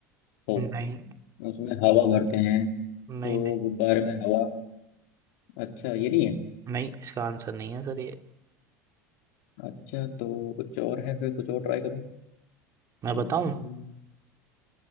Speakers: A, on the left; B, on the right.
A: हो
B: नहीं
A: उसमें हवा भरते हैं तो
B: नहीं नहीं
A: गुब्बारे में हवा अच्छा ये नहीं है
B: नहीं इसका आंसर नहीं है सर ये
A: अच्छा तो कुछ और है फिर कुछ और ट्राई करूँ
B: मैं बताऊं
A: हम्म,